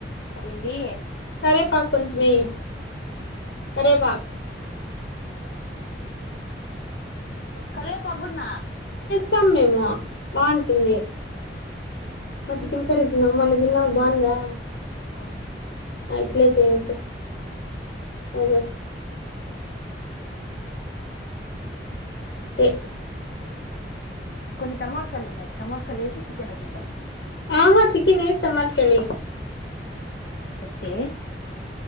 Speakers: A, on the left; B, on the left.
A: ఏంది
B: కరెపాక్ కొంచమేయి కరేపాక్
A: కర్వేపాకు కూడ్నా
B: సమెము బాంటుంధి మ తిన్కరీత నవ్ మొన దినవ బాందా
A: బాన్ధి
B: ఇట్లేజ అయితే వగర ఇన్థె
A: కొన్ని టమాోటకాలు ఉన్నాయి టమాోటకాలు వేసి చికెన్ వేసిద్దాం
B: ఆహా చికెన్ ఏస్ టమాట్ కళ ఎయి
A: ఓకి